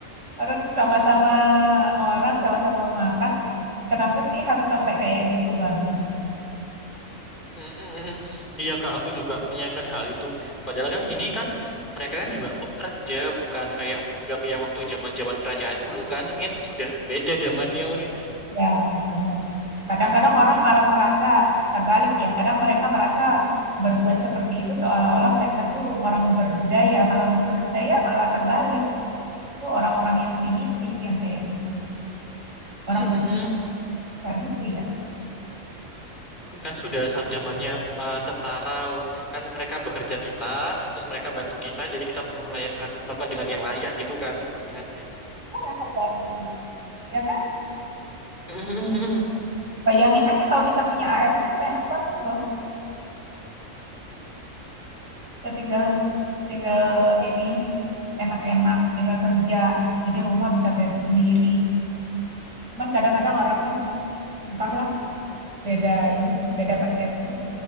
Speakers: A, on the right (about 70°); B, on the left (about 40°).
A: orang sama-sama orang sama-sama mau makan kenapa sih harus sampai kayak gitu banget gitu
B: Mm-mm. Iya kak, aku juga menyayangkan hal itu. Padahal kan ini kan mereka kan juga pekerja, bukan kayak budak yang waktu zaman-zaman kerajaan dulu kan. Ini kan sudah beda zamannya udah.
A: Ya, benar. kadang-kadang orang
B: Kan,
A: malah merasa terbalik ya kadang mereka merasa berbuat seperti itu seolah-olah mereka tuh orang berbudaya kalau menurut saya malah terbalik itu orang-orang yang primitif yang kayak gitu orang
B: Mm-mm.
A: berbudaya gitu ya
B: Kan sudah saat zamannya uh, setara. Kan mereka bekerja kita, terus mereka bantu kita. Jadi kita perlu melayak, eh, melakukan dengan yang layak gitu kan. Dengan
A: oh, yang terbantu ya kan
B: <laughs> Mm-mm.
A: bayangin aja kalau kita punya ART itu enak banget loh kita tinggal tinggal ini enak-enak, tinggal kerja. Jadi rumah bisa beres sendiri. Cuman kadang-kadang orang kan entahlah beda ini, beda persepsi.